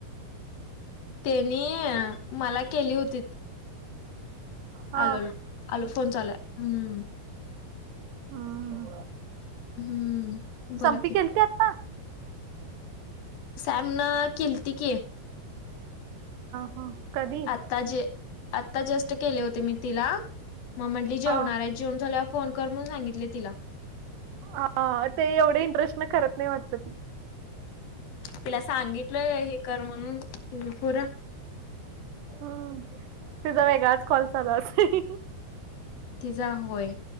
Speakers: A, on the left; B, on the right.
A: तेनी मला केली होतीत,
B: हा
A: आलो, आलो. आलो, फोन चालुयं. हम्म.
B: हम्म.
A: हम्म बोला
B: संपी
A: की
B: केलती आता.
A: सॅमन केलती की.
B: ह कधी?
A: आता जे आता जस्ट केले होते मी तिला मग म्हंटली जेवणारायं
B: हा
A: जेवुण झाल्यावर फोन कर म्हणून सांगितले तिला.
B: हा ते एवढे इंटरेस्टन करत नाही वाटत ती.
A: तिला सांगितलोय हे कर म्हणून तीच फुर.
B: हम्म. तीचा वेगळाच कॉल चालू असतोय.
A: तीजा होय.